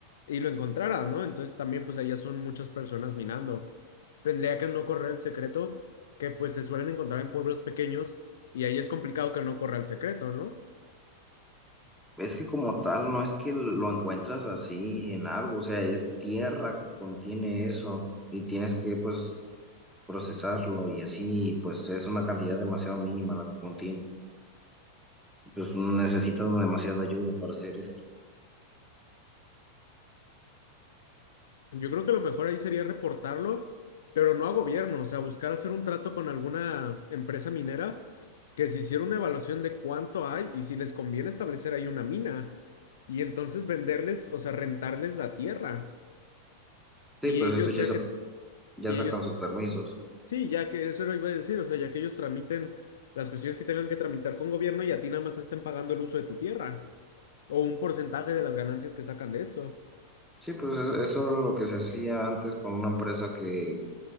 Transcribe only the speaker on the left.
y lo encontrara, ¿no? Entonces también pues allá son muchas personas minando. Tendría que no correr el secreto, que pues se suelen encontrar en pueblos pequeños, y ahí es complicado que no corra el secreto, ¿no?
Yo creo que lo mejor ahí sería reportarlo, pero no a gobierno, o sea, buscar hacer un trato con alguna empresa minera que se hiciera una evaluación de cuánto hay y si les conviene establecer ahí una mina y entonces venderles, o sea, rentarles la tierra. Y
ellos
ya
que,
y
ellos,
sí, ya que eso lo iba a decir, o sea, ya que ellos tramiten las cuestiones que tengan que tramitar con gobierno y a ti nada más te estén pagando el uso de tu tierra o un porcentaje de las ganancias que sacan de esto.